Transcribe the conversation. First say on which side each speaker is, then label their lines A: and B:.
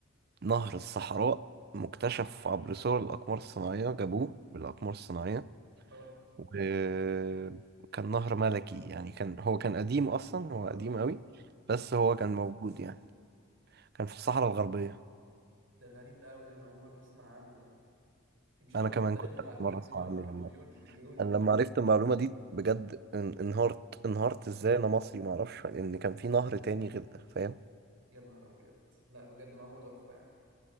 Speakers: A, on the right; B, on the right.
A: نهر الصحراء مكتشف عبر صور الأقمار الصناعية جابوه بالأقمار الصناعية
B: اه
A: وكان نهر ملكي يعني كان هو كان قديم أصلا هو
B: اه
A: قديم قوي بس هو
B: مم.
A: كان موجود يعني كان في الصحراء الغربية
B: ده غريب قوي ده انا اول مره اسمع عنه ده دي مش
A: أنا
B: معلومه
A: كمان
B: في التاريخ
A: كنت
B: دي, مع...
A: أول مرة
B: دي, دي
A: أسمع
B: معلومه
A: عنه
B: في الجيولوجيا
A: والله
B: الجيولوجيا
A: أنا
B: دي
A: لما
B: ولا
A: عرفت
B: ايه
A: المعلومة دي بجد ان- انهارت انهارت إزاي أنا مصري معرفش لأن كان في نهر تاني غير ده فاهم
B: يا نهار ابيض لا بجد معلومه تحفه يعني